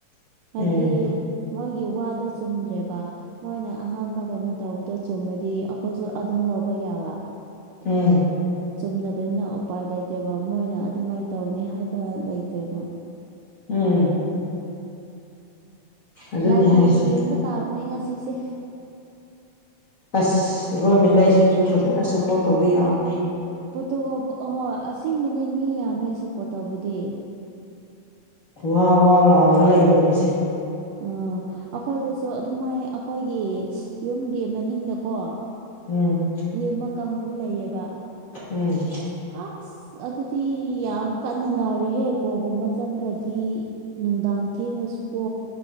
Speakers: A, on the right (about 80°); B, on the left (about 60°).
A: ꯍꯥꯏꯕꯗꯤ
B: ꯎꯝ
A: ꯃꯣꯏꯒꯤ ꯋꯥꯗꯣ ꯆꯨꯝꯗ꯭ꯔꯦꯕ ꯃꯣꯏꯅ ꯑꯍꯥꯟꯕ ꯀꯩꯅꯣ ꯇꯧꯕꯗꯣ ꯆꯨꯝꯔꯗꯤ ꯑꯩꯈꯣꯏꯁꯨ ꯑꯗꯨꯝ ꯂꯧꯕ ꯌꯥꯕ
B: ꯎꯝ
A: ꯆꯨꯝꯅꯕꯅꯤꯅ ꯎꯄꯥꯏ ꯂꯩꯇꯦꯕ ꯃꯣꯏꯅ ꯑꯗꯨꯃꯥꯏꯅ ꯇꯧꯅꯤ ꯍꯥꯏꯕ ꯂꯩ ꯆꯦꯃ
B: ꯎꯝ ꯑꯗꯨꯅꯤ
A: ꯂꯥꯏ ꯈꯨꯔꯨꯝꯝꯅ
B: ꯍꯥꯏꯁꯦ
A: ꯌꯦꯡꯕ ꯇꯥꯕꯅꯦ ꯉꯁꯤꯁꯦ
B: ꯑꯁ ꯑꯩꯈꯣꯏ ꯃꯩꯇꯩꯁꯤꯡꯁꯨ ꯐꯖꯅ ꯁꯞꯄꯣꯔꯠ ꯇꯧꯕ ꯌꯥꯝꯃꯤ
A: ꯄꯣꯠꯇꯣ ꯑꯍ ꯑꯁꯦꯡꯕꯅꯦ ꯃꯤ ꯌꯥꯝꯃꯦ ꯁꯞꯄꯣꯔꯠ ꯇꯧꯕꯗꯤ
B: ꯋꯥ ꯋꯥ ꯂꯥꯎꯔꯒ ꯂꯩꯔꯕꯅꯤ ꯁꯤꯦ
A: ꯑ ꯑꯩꯈꯣꯏꯗꯁꯨ ꯑꯗꯨꯃꯥꯏ ꯑꯩꯈꯣꯏꯒꯤ ꯌꯨꯝꯒꯤ ꯃꯅꯤꯡꯗꯀꯣ
B: ꯎꯝ
A: ꯌꯦꯡꯕ ꯀꯥꯡꯕꯨ ꯂꯩꯌꯦꯕ
B: ꯎꯝ
A: ꯑꯁ ꯑꯗꯨꯗꯤ ꯌꯥꯝ ꯀꯟꯅ ꯂꯥꯎꯔꯦꯍꯦ ꯒꯣꯒꯨꯝꯕ ꯆꯟꯈ꯭ꯔꯗꯤ ꯅꯨꯡꯗꯥꯡ ꯊꯦꯡꯂꯁꯨꯀꯣ